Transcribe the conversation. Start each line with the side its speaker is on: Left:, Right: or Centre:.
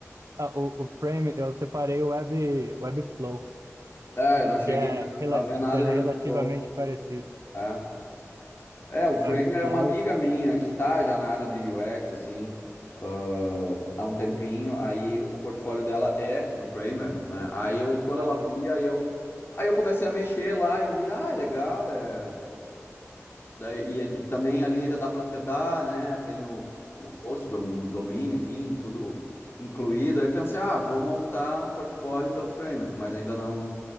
Right: Ah, o, o Frame, eu separei o Web, Webflow,
Left: Ah, eu não cheguei
Right: que é, relati
Left: a ver nada
Right: é
Left: de
Right: relativamente
Left: Webflow,
Right: parecido.
Left: é. É, o Framer
Right: Webflow,
Left: é uma amiga minha que tá já na área de UX, assim, ãh, há um tempinho. Aí o portfólio dela é no Framer, né? Aí eu, quando
Right: aham,
Left: eu abri, aí eu, aí eu comecei a mexer lá, eu vi, ah, é legal, é... Daí, e é de- também ali já dá para hospedar, né? Tem o, o host, dom- domínio, enfim, tudo incluído. Aí eu pensei, ah, vou montar um portfólio pelo Framer, mas ainda não,